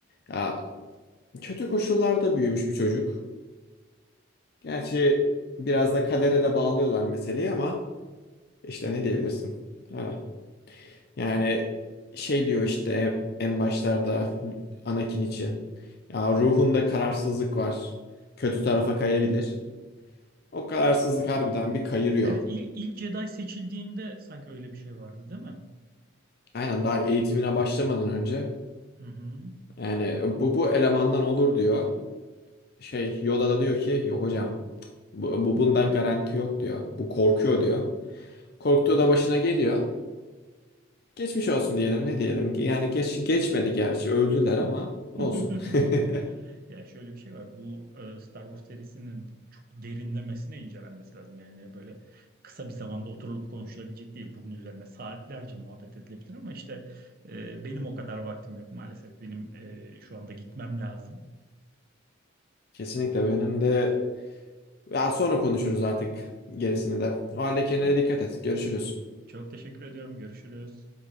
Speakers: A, on the left; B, on the right.
A: Ya kötü koşullarda büyümüş bir çocuk. Gerçi biraz da kadere de bağlıyorlar meseleyi ama işte ne diyebilirsin? Ha. Yani şey diyor işte en başlarda Anakin için. Ya ruhunda kararsızlık var. Kötü tarafa kayabilir. O kararsızlık harbiden bir kayırıyor.
B: Evet, ilk, ilk Jedi seçildiğinde sanki öyle bir şey vardı, değil mi?
A: Aynen daha eğitimine başlamadan önce.
B: Hı hı.
A: Yani bu bu elemandan olur diyor. Şey Yoda da diyor ki yok hocam bu, bu bunda garanti yok diyor. Bu korkuyor diyor. Korktuğu da başına geliyor. Geçmiş olsun diyelim ne diyelim. Yani geç, geçmedi gerçi öldüler ama olsun.
B: <laughs>
A: <laughs>
B: Ya şöyle bir şey var. Bu e, Star Wars serisinin çok derinlemesine incelenmesi lazım. Yani böyle kısa bir zamanda oturulup konuşulabilecek değil. Bunun üzerine saatlerce muhabbet edilebilir ama işte e, benim o kadar vaktim yok maalesef. Benim e, şu anda gitmem lazım.
A: Kesinlikle benim de Ya sonra konuşuruz artık gerisini de. O halde kendine
B: Tamam.
A: dikkat et. Görüşürüz.
B: Çok teşekkür ediyorum. Görüşürüz.